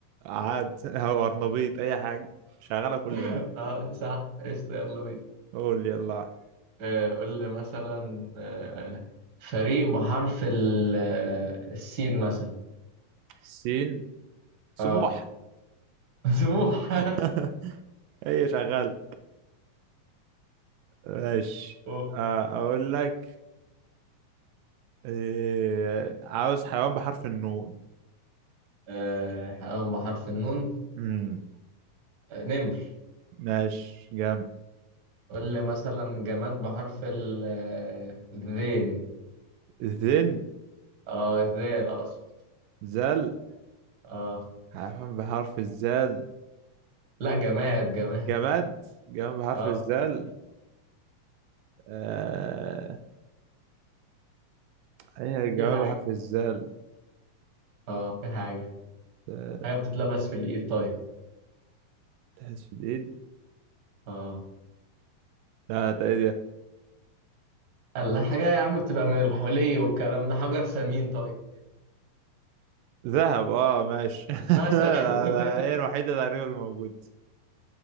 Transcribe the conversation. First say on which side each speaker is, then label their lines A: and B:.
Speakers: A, on the right; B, on the right.
A: عاد <laughs> او ارنبيط اي حاجة شغالة كل
B: <laughs>
A: بقى.
B: اه صح قشطه يلا بينا
A: قول يلا واحد.
B: آه، قول لي مثلا آه، فريق بحرف ال- آه، السين مثلا
A: سين سموح
B: اه <laughs> سموح
A: <laughs> هي شغالة ماشي
B: <laughs> أوه.
A: آه، اقول لك إيه عاوز حيوان بحرف النون
B: آه، حيوان بحرف النون
A: امم
B: آه، نمر
A: ماشي جامد
B: قول لي مثلا جماد بحرف ال- آه، الذين
A: ذن
B: اه ذال اقصد
A: ذل
B: اه
A: حيوان بحرف الزال
B: لا جماد جماد
A: جماد جماد بحرف
B: اه
A: الزال آه... أي جماد
B: في حاجة
A: بحرف الزال
B: اه في حاجة
A: آه،
B: حاجة بتتلبس في الإيد طيب
A: تحس في الإيد
B: اه
A: لا ده إيه ده
B: الله حاجة يا عم بتبقى من الحلي والكلام ده حجر ثمين طيب
A: ذهب اه ماشي <laughs>
B: مثلا
A: لا،
B: <laughs>
A: لا، هي الوحيدة تقريبا الموجودة